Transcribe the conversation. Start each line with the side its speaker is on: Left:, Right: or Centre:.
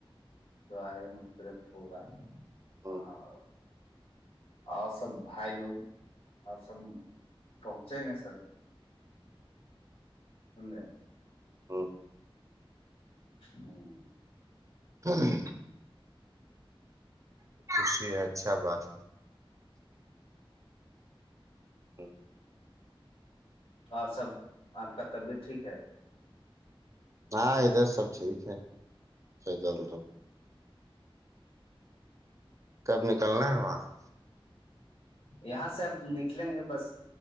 Left: جوار م سورت ہوگا
Right: ہوں
Left: اور اور سب بھائی لوگ اور سب پہنچیں گے سب انا
Right: ہ
Left: ہوں
Right: س رہ خوشی ہے اچھا بات ہے اچ
Left: اور سب آپ کا طبیعت ٹھیک ہے
Right: ہاں ادھر سب ٹھیک ہے جلد تب نکلنا ہے وہاں سے
Left: یہاں سے اب نکلیں گے بس